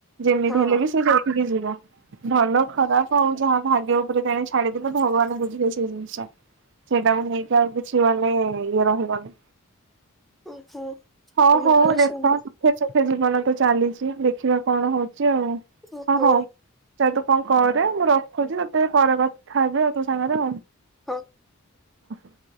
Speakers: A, on the right; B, in the centre.
A: ଯେମିତି
B: ହଁ
A: ହେଲେ ବି ସେ ସେଇଠିକି ଯିବ। ଭଲ ଖରାପ ଆଉ ଯାହା ଭାଗ୍ୟ ଉପରେ ତେଣେ ଛାଡି ଦେଲେ, ଭଗବାନ ବୁଝିବେ ସେ ଜିନିଷ। ସେଇଟାକୁ ନେଇକି ଆଉ କିଛି ଗଲେ ଇଏ ରହିବନି।
B: ଓହୋ
A: ହଉ
B: ତମେ
A: ହଉ
B: ତାହେଲେ
A: ଦେଖ।
B: ସୁମ
A: ଦୁଃଖେ ସୁଖେ ଜୀବନ ତ ଚାଲିଛି ଦେଖିବା କଣ ହଉଚି ଆଉ।
B: ଓହୋ
A: ହଁ ହଉ। ଯା ତୁ କଣ କରେ। ମୁଁ ରଖୁଛି। ତତେ ପରେ କଥା ହେବି ଆଉ, ତୋ ସାଙ୍ଗରେ।
B: ହଁ।
A: <inaudible>